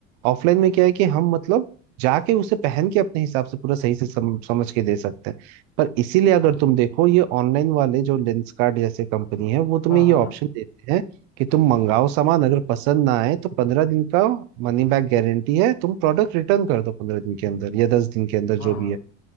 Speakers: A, on the right; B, on the left.
A: ऑफलाइन में क्या है कि हम मतलब जाके उसे पहन के अपने हिसाब से पूरा सही से सम, समझ के दे सकते हैं पर इसीलिए अगर तुम देखो ये ऑनलाइन वाले जो लेंसकार्ट जैसे कंपनी है वो तुम्हें
B: हाँ
A: ये
B: हाँ
A: ऑप्शन देते हैं कि तुम मंगाओ सामान अगर पसंद ना आए तो पंद्रह दिन का मनी बैक गारंटी है तुम प्रोडक्ट रिटर्न कर दो पंद्रह दिन के अंदर या दस दिन के अंदर
B: हाँ
A: जो भी
B: हाँ
A: है